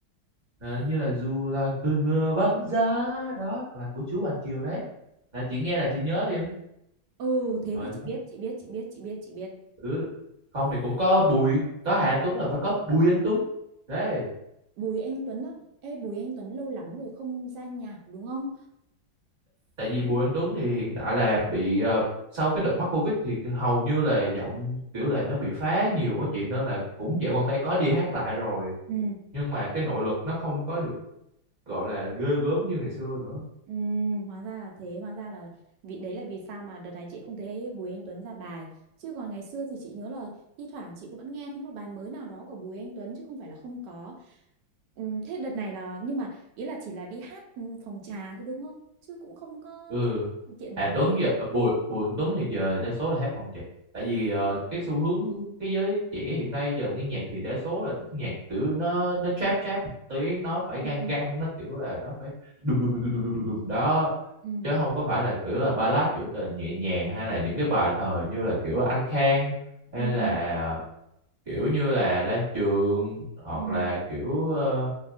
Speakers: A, on the right (about 25°); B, on the right (about 70°).
A: Ờ, như là dù là cơn mưa băng giá đó là của chú Bàn Kiều đấy là chị nghe là chị nhớ liền
B: ừ thế
A: rồi
B: thì chị biết chị biết chị biết chị biết chị biết
A: ừ. không thì cũng có Bùi có Hà Anh Tuấn là phải có Bùi Anh Tuấn đấy
B: Bùi Anh Tuấn á ê Bùi Anh Tuấn lâu lắm rồi không ra nhạc đúng không
A: tại vì Bùi Anh Tuấn thì hiện tại là bị ờ, sau cái đợt mắc Covid thì hầu như là giọng kiểu là nó bị phá nhiều quá chị nên là cũng dạo gần đây có đi hát lại rồi
B: Ừ.
A: nhưng mà cái nội lực nó không có được gọi là ghê gớm như ngày xưa nữa
B: Ừ, hóa ra là thế hóa ra là vì đấy là vì sao mà đợt này chị không thấy Bùi Anh Tuấn ra bài chứ còn ngày xưa thì chị nhớ là thi thoảng chị cũng vẫn nghe thấy một bài mới nào đó của Bùi Anh Tuấn chứ không phải là không có ừ, thế đợt này là nhưng mà ý là chỉ là đi hát ừ, phòng trà thôi đúng không chứ cũng không có
A: ừ
B: tham gia sự kiện
A: Hà
B: nào
A: Tuấn giờ ờ, Bùi Bùi Anh Tuấn thì giờ đa số là hát phòng trà tại vì ờ, cái xu hướng cái giới trẻ hiện nay giờ nghe nhạc thì đa số là thích nhạc kiểu nó nó trap trap một tí nó phải gan
B: ừ,
A: gan nó kiểu là nó phải đùng đùng đùng đùng đùng đùng đùng đó
B: ừ,
A: chứ không có phải là kiểu là ballad kiểu tờ nhẹ nhàng hay là những cái bài thời như là kiểu Anh Khang hay
B: ừ,
A: là
B: ừ,
A: kiểu như là lam trường hoặc
B: ừ, ừ,
A: là kiểu ờ,